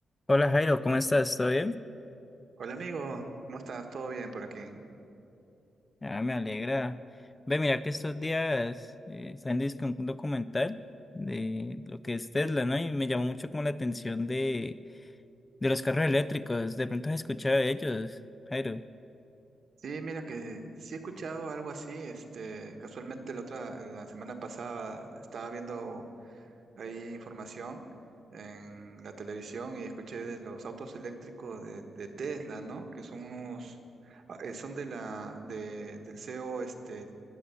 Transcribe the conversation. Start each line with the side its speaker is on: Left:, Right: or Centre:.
Left: Hola Jairo, ¿cómo estás? ¿Todo bien?
Right: Hola amigo, ¿cómo estás? ¿Todo bien por aquí?
Left: Ah, me alegra. Ve, mira que estos días eh, salió dizque un documental de lo que es Tesla, ¿no? Y me llamó mucho como la atención de, de los carros eléctricos. De pronto has escuchado de ellos, Jairo.
Right: Sí, mira que sí he escuchado algo así, este, casualmente la otra, la semana pasada estaba viendo ahí información en la televisión y escuché de los autos eléctricos de, de Tesla, ¿no? Que son unos, ah, eh, son de la, de, del CEO, este,